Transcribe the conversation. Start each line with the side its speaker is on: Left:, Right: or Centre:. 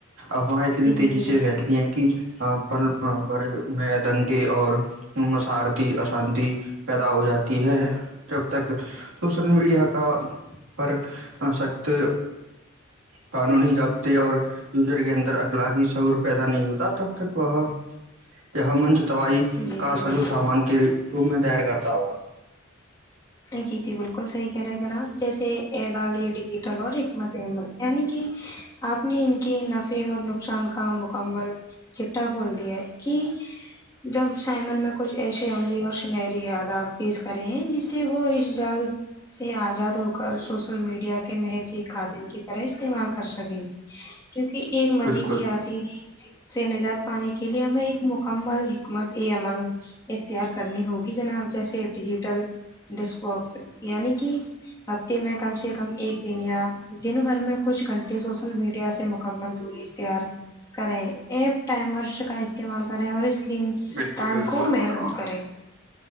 Right: افواہ اتنی
Left: جی جی
Right: تیزی
Left: جی
Right: سے
Left: بالکل
Right: پھیلتی ہیں کہ کی پر میں دنگے اور مسارتی اشانتی پیدا ہو جاتی ہے جب تک سوشل میڈیا کا پر سخت قانونی جضابطے اور یوزر کے اندر اخلاقی سعور پیدا نہیں ہوتے تب تک وہ یہاں منچ تائی
Left: جی جی
Right: کا
Left: جی بالکل
Right: سا جوو سامان کے روم میں تیار کرتا ہوگا
Left: جی جی بالکل صحیح کہہ رہے ہیں جناب جیسے اعدالیہ ڈیجیٹل اور حکمت احمد یعنی کہ آپ نے ان کے نفع اور نقصان کا مکمل چٹا کھول دیا ہے کہ جب سائمن میں کچھ ایسی عملی اور سنہری یاداب پیس کرے ہیں جس سے وہ اس جال سے آزاد ہو کر سوشل میڈیا کے محض ایک خادم کی طرح استعمال کر سکیں کیونکہ ایک مزج
Right: بالکل
Left: ہی آسی نہیں س سے نجات پانے کے لیے ہمیں ایک مکمل حکمت یہ عمل اتار کرنی ہوگی جناب جیسے ڈیجیٹل ڈسک باکس یعنی کہ ہفتے میں کم سے کم ایک دن یا دن بھر میں کچھ گھنٹے سوشل میڈیا سے مکمل دوری تار کریں ایپ ٹمرس کا استعمال کریں اور اس اسرین
Right: بالکل
Left: ٹائم
Right: بالکل
Left: کو
Right: محترم
Left: محمود کریں